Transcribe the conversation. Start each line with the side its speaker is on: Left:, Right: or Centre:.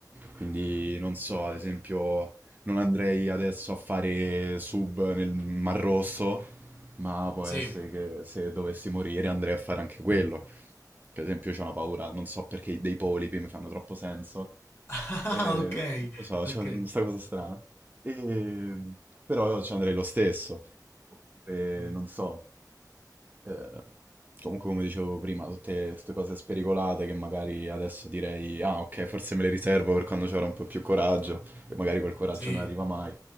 Right: Quindi non so, ad esempio, non andrei adesso a fare sub nel Mar Rosso, ma può
Left: sì.
Right: essere che se dovessi morire andrei a fare anche quello. Per esempio, c'ho una paura, non so perché dei polipi mi fanno troppo senso,
Left: <laughs> Ah,
Right: e,
Left: okay,
Right: non lo so, c'è
Left: okay.
Right: questa cosa strana. E, però ci andrei lo stesso. Oppure,
Left: Mh,
Right: non so. Ehm, comunque come dicevo prima, tutte, tutte cose spericolate che magari adesso direi, ah ok, forse me le riservo per quando ci avrò un po' più coraggio e magari quel coraggio
Left: sì,
Right: non arriva mai.